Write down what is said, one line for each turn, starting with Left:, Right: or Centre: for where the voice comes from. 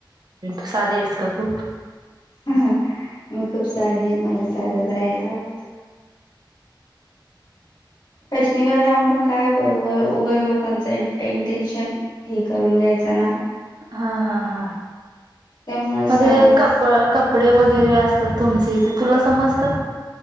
Right: तू साधे आहेस का खूप
Left: मग खूप साधी मला साधाच राहायला आवडत फॅशनिवल राऊंड पण काय हो उ उघड लोकांचं इंटेन्शन हे करून घ्यायचं ना
Right: हा हा हा
Left: त्यामुळे साधच
Right: म कप कपडे वगैरे अस तर तुमचे ते तुला समजत